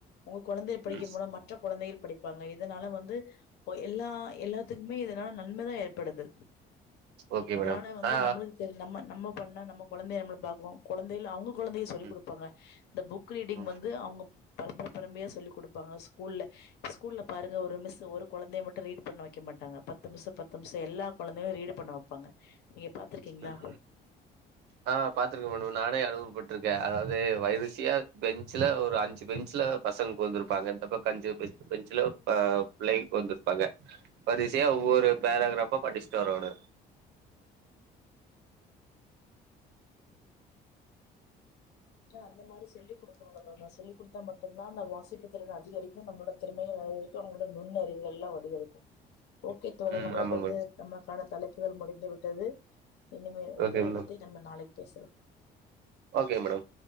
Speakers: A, on the left; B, on the right.
A: உங்க கொழந்தை படிக்கும்
B: ம்
A: போனா மற்ற கொழந்தைகள் படிப்பாங்க இது இதனால வந்து இப்போ எல்லா எல்லாத்துக்குமே இதனால நன்மதா ஏற்படுது
B: ஓகே
A: அதனால
B: மேடம்
A: வந்து
B: ஆ
A: நம்ளுக் சேரி நம்ம நம்ம பண்ணா நம்ம கொழந்தைய நம்மள பாகோ கொந்தைல அவுங்க கொழந்தைய சொல்லிக்
B: ம்
A: குடுப்பாங்க இந்த புக் ரீடிங்
B: ம்
A: வந்து அவுங்க பரம்பர பரம்பையா சொல்லிக் குடுப்பாங்க ஸ்கூல்ல ஸ்கூல்ல பாருங்க ஒரு மிஸ் ஒரு கொழந்தைய மட்டும் ரீட் பண்ண வெக்க மாட்டாங்க பத்து நிம்ஷோ பத்து நிம்ஷோ எல்லா கொழந்தையு ரீட் பண்ண வெப்பாங்க நீங்க பாத்திருக்கீங்ளா
B: ம் ஆ பாத்திருக்கே மேடம் நானே அனுபவபட்டிருக்கே அதாது வரிசியா பெஞ்சுல ஒரு அஞ்சு பெஞ்சுல பசங்க ஒக்காதுருப்பாங்க இந்த பக்கம் அஞ்சு பெஞ்சுல பிள்ளை ஒக்காந்திருப்பாங்க வரிசையா ஒவ்வொரு பேராகிராப்பா படிச்சுட்டு வரோனு
A: ஆ அந்த மாரி சொல்லி குடுக்க இப்ப உள்ளவங்களுக்கு நா சொல்லிக்குடுத்தா மட்டும்தா அந்த வாசிப்பு திறன அதிகரிக்கும் நம்மலோட திறமைய அதிகரிக்கும் அவுங்களுக் இந்த நுண்ணறிவுகள்லா அதிகரிக்கு ஓகே தோழன்
B: ம்
A: நம்மளுக்கு
B: ஆமாங்க
A: வந்து
B: மேடம்
A: நம்மளுக்கான தலைப்புகள் முடிந்து விட்டது இனிமே
B: ஓகே
A: இது
B: மேடம்
A: பத்தி நம்ம நாளைக்கு பேசுறோ
B: ஓகே மேடம்